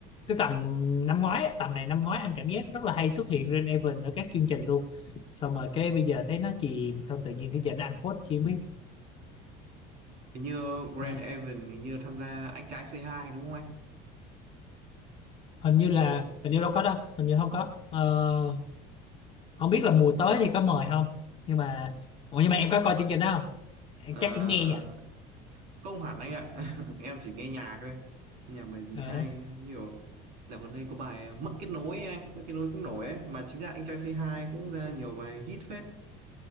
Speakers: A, on the left (about 30°); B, on the right (about 50°).
A: cái tầm năm ngoái á, tầm này năm ngoái anh cảm giác rất là hay xuất hiện Rain Event ở các chương trình luôn xong rồi cái bây giờ thấy nó chìm xong tự nhiên cái giờ nó ăn phốt chi không biết
B: hình như Grand
A: Đấy.
B: Evan hình như tham gia anh trai c hai đúng không anh
A: hình như là hình như đâu có đâu hình như không có Ờ, không biết là mùa tới thì có mời không nhưng mà ủa nhưng mà em có coi chương trình đó
B: Ờ,
A: không chắc cũng nghe nhỉ
B: không hẳn anh ạ <laughs> em chỉ nghe nhạc thôi nghe nhạc bài gì
A: ờ
B: hay nhiều dạo gần đây có bài ờ, mất kết nối ấy anh mất kết nối cũng nổi ấy mà chính ra anh trai Say Hi cũng ra nhiều bài hit phết